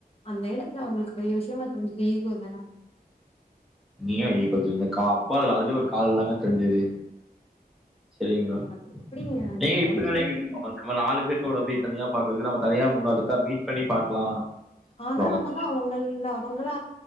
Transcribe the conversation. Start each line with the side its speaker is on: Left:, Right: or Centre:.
Left: அந்த எடத்துல அவுங்ளுக்கு பெரிய விஷயமா தெரிஞ்சது ஈகோ தானே
Centre: நீயா ஈகோ தெரிஞ்சுது கா அப்போ அதுல ஒரு காதல் தாங்க தெரிஞ்சுது செரிங்ளா
Left: அது எப்படிங்க
Centre: நீங்க ஏ இப்டி
Left: வந்துட்டு
Centre: நெனைக்கிறிங் <inaudible> நம்ம நாலு பேத்தோட போய் தனியா பாக்குறதுக்கு நம தனியா முனதுக்கா மீட் பண்ணி பாக்லா <inaudible>
Left: ஆனா நம்ம தான் அவங்கள அவங்களா